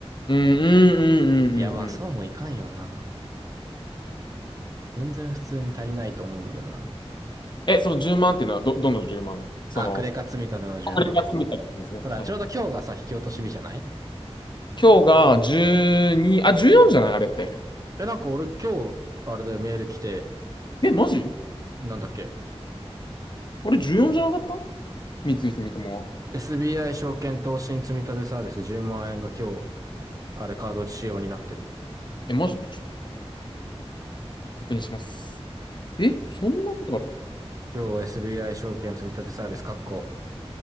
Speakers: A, on the left (about 45°); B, on the right (about 35°).
A: うん、うん、うん、うん、
B: いや、まあ、
A: うん。うん
B: そうもいかんよな。全然普通に足りないと思うんだよな。
A: え、その10万っていうのはど、どの10万その、
B: あ、クレカ積み立ての10万。
A: 送が集めたってことですね。
B: ほら、
A: はいはい。
B: ちょうど今日がさ、引き落とし日じゃない
A: 今日が12、あ、14じゃないあれって。
B: え、なんか俺今日、あれだよ、メール来て、
A: え、マジ
B: なんだっけ。
A: 俺14じゃなかった三井住友は。
B: SBI 証券投資積立サービス10万円が今日、あれカード仕様になってる。
A: え、マジでちょっと確認します。え、そんなことある
B: 今日 SBI 証券積立サービス、かっこ、